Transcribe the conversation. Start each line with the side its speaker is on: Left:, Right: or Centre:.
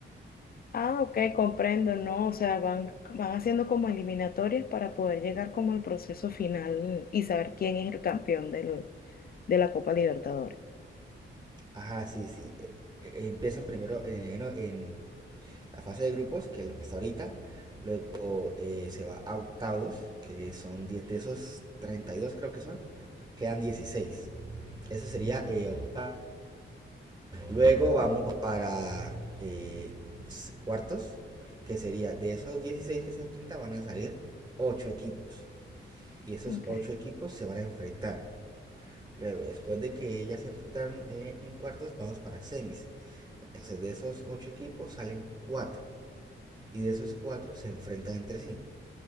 Left: Ah, ok, comprendo, ¿no? O sea, van, van haciendo como eliminatorias para poder llegar como al proceso final y saber quién es el campeón del- de la Copa Libertadores.
Right: Ajá, sí, sí. Eh, eh, Empiezan primero en, en, en la fase de grupos, que es lo que está ahorita. Luego eh, se va a octavos, que son 10 de esos 32 creo que son. Quedan dieciséis eso sería eh, octavos. Luego vamos para eh, cuartos, que sería de esos 16 que se enfrentan van a salir 8 equipos. Y esos
Left: Ok.
Right: 8 equipos se van a enfrentar. Luego, después de que ellas se enfrentaron eh, en cuartos, vamos para semis. Entonces, de esos 8 equipos salen 4 y de esos cuatro se enfrentan entre sí.